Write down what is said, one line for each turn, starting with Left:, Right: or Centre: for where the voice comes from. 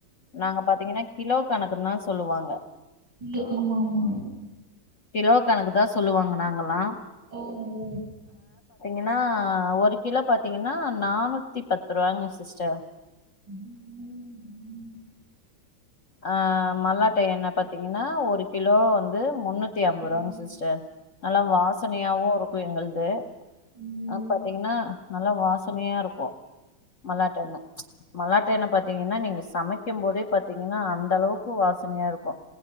Left: நாங்க பாத்தீங்கன்னா கிலோ கணக்குன்னு தான் சொல்லுவாங்க
Right: இல்ல ஆமா ஆமா
Left: கிலோ கணக்கு தான் சொல்லுவாங்க நாங்கல்லாம்
Right: ஓ ஓ
Left: ஏனா ஒரு கிலோ பாத்தீங்கன்னா நானூத்தி பத்து ரூபாங்க சிஸ்டர்
Right: <inaudible>
Left: அஹ் மழ டைம்னா பாத்தீங்கன்னா ஒரு கிலோ வந்து முன்னூத் நூத்தி ஐம்பது
Right: ம்
Left: ரூவாங்க சிஸ்டர் நல்லா வாசனையாவும் இருக்கும் எங்களது
Right: ம்
Left: ஆ பாத்தீங்கன்னா நல்லா வாசனையா இருக்கும் மழ டைம்ல மழ ட்ட எண்ண பாத்தீங்கன்னா நீங்க சமைக்கும் போதே பாத்தீங் ஏன்னா அந்த அளவுக்கு வாசனையா இருக்கும்